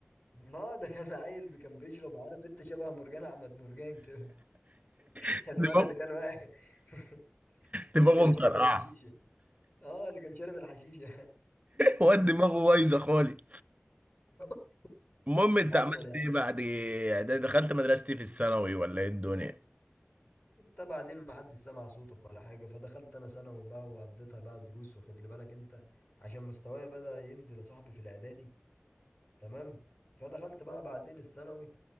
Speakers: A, on the left; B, on the right.
A: اه ده كان عيل بي- كان بيشرب عارف انت شبه مرجان احمد مرجان كده <laughs>
B: <laughs>
A: الولد
B: دماغه
A: اللي كان واقع <laughs>
B: دماغه
A: اللي كان
B: مطرقعه
A: شارب الحشيشه اه اللي كان شارب الحشيشه
B: واد دماغه بايظه خالص
A: <laughs>
B: المهم انت
A: حصل
B: عملت
A: يعني
B: ايه بعد ده دخلت مدرستي في الثانوي ولا ايه الدنيا
A: انت بعدين ما حدش سمع صوتك ولا حاجه فدخلت انا ثانوي بقى وقضيتها بقى دروس واخد لي بالك انت عشان مستواي بدأ ينزل يا صاحبي في الاعدادي تمام فدخلت بقى بعدين الثانوي